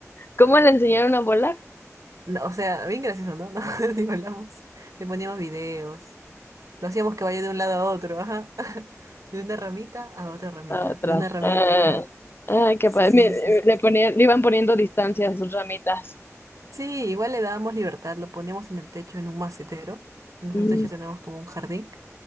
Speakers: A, on the left; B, on the right.
A: ¿Cómo le enseñaron a volar?
B: No, o sea, bien gracioso, ¿no? <laughs> No, ni volamos. Le poníamos videos. Lo hacíamos que vaya de un lado a otro, ajá. <laughs> De una ramita a otra ramita.
A: Atrás.
B: De una ramita,
A: Ah,
B: ajá.
A: ay, qué
B: Sí,
A: padre.
B: sí,
A: Mire,
B: sí, sí, sí.
A: Le
B: Sí,
A: ponían, le iban poniendo distancia a sus ramitas.
B: Sí, igual le dábamos libertad. Lo poníamos en el techo, en un macetero. En nuestro
A: Mm,
B: techo tenemos como un jardín.